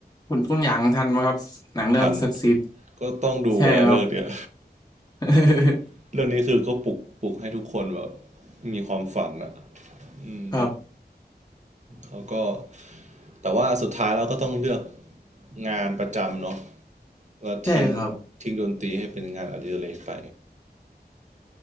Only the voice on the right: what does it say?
ฐาน ก็ต้องดูแหละเรื่องเนี้ย
<laughs> เรื่องนี้คือก็ปลุกปลุกให้ทุกคนแบบมีความฝันอ่ะอืม
แล้วก็แต่ว่าสุดท้ายเราก็ต้องเลือกงานประจำเนาะแล้วทิ้ง
ทิ้งดนตรีให้เป็นงานอดิเรกไป